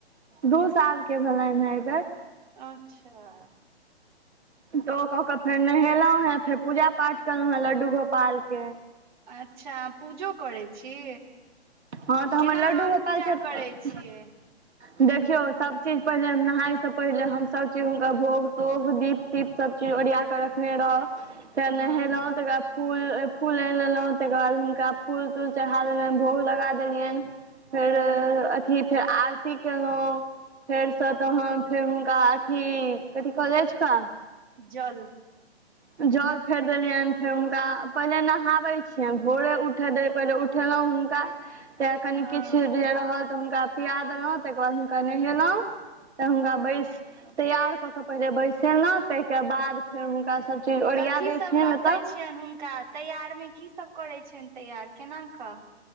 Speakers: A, on the right; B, on the right.
A: दू साल के भेलैनहें अय बेर।
B: अच्छा।
A: तऽ ओ कऽ कऽ फेर नहेलहुँहेँ फेर पूजा पाठ केलहुँहेँ लड्डू गोपालके।
B: अच्छा पूजो करै छी।
A: हँ तऽ हमर
B: केना
A: लड्डू
B: अहाँ
A: गोपाल
B: पूजा
A: छथि
B: करै छियै?
A: देखियौ सभचीज पहिले नहायसँ पहिले हम सभचीज हुनका भोग- तोग, दीप दीप सब चीज ओरिया के रखने रहब त नहेलहुं
B: हँ
A: तेकरा फूल -फूल ऐन लेलहुँ तकर बाद हुनका फूल- तूल चढा देलियैन, भोग लगा देलियैन फेर-
B: हँ
A: अथि, फेर आरती केलौं। फेरसँ तहन फेर हुनका अथी कथी कल जाय छै <unintelligible>
B: जल।
A: जल फेर देलियनि, फेर हुनका पहिले नहाबै छियनि भोरे उठे देरी पहिले उठेलहुॅं हुनका तऽ कनि
B: हँ
A: किछ जे रहल तऽ हुनका पिया देलहुँ ताहिके बाद हुनका नहेलहुँ तऽ हुनका
B: हँ
A: बैसलौ तैयार कऽ केऽ पहिले बैसेलहुॅं ताहिके बाद फेर हुनका सभ चीज ओरिया
B: कथी
A: दै
B: सब
A: छियै
B: लगबै
A: ने ओतऽ
B: छियनि हुनका तैयार मे की सब करै छियनि तैयार केना कऽ